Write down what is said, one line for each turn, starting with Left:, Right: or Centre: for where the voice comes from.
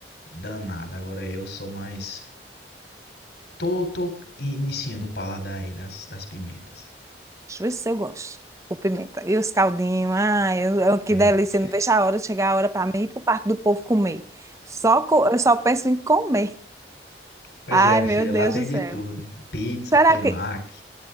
Left: danada. Agora eu sou mais. Tô, tô iniciando o paladar aí das, das pimentas.
Right: Deixa eu ver se eu gosto. Com pimenta. E os caldinhos, ai, eu, eu- que
Left: Eita.
Right: delícia. Não vejo a hora de chegar a hora para mim ir pro Parque do Povo comer. Só, co- eu só penso em comer.
Left: Pois
Right: Ai,
Left: é, meu
Right: meu
Left: filho,
Right: Deus
Left: lá tem
Right: do céu.
Left: de tudo. Pizza,
Right: Será
Left: tem mac.
Right: que